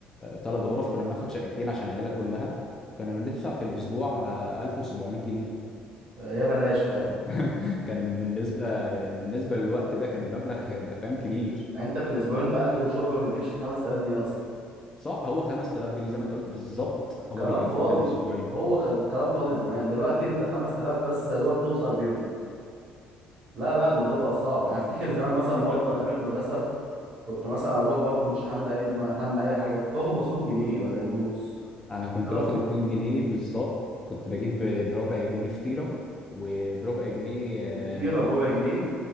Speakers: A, on the left; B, on the right.
A: ثلاث غرف كنا بناخد شقتين عشان العيله كلها كنا بندفع في الاسبوع آه، 1700 جنيه
B: آه، يا بلاش فعلا
A: <laughs> كان بالنسبه بالنسبه للوقت ده كان المبلغ انت فاهم كبير
B: يعني انت في الاسبوعين باكل وشرب ما بتجيبش ال 5000 جنيه اصلا
A: صح هو 5000 جنيه زي ما انت قلت بالظبط هما
B: كلام
A: بيكفونا
B: فاضي
A: الاسبوعين
B: هو كان كلام فاضي زمان دلوقتي انت ال 5000 بس يا دوبك توصل بيهم لا لا الموضوع بقى صعب يعني افتكر زمان مثلا
A: <laughs>
B: برضه ايام المدرسه كنت مثلا اروح برضه مش حامل اي هم اي حاجه كنت واخد مصروف جنيه ولا جنيه ونص
A: انا كنت
B: الكلام
A: باخد
B: فاضي
A: 2 جنيه بالظبط كنت بجيب ب- بربع جنيه فطيره وبربع جنيه آه،
B: فطيره بربع جنيه